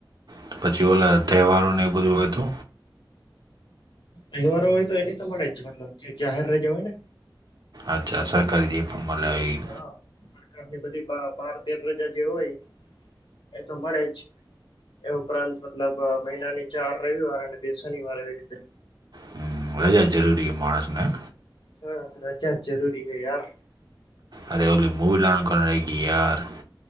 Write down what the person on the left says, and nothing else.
તહેવારો હોય તો એની તો મળે જ મતલબ જે જાહેર રજા હોય ને.
હા સરકારની બધી બાર તેર રજા જે હોય એ તો મળે જ એ ઉપરાંત મતલબ મહિનાની ચાર રવિવાર અને બે શનિવાર એવી રીતે
બસ રજા જરૂરી હૈ યાર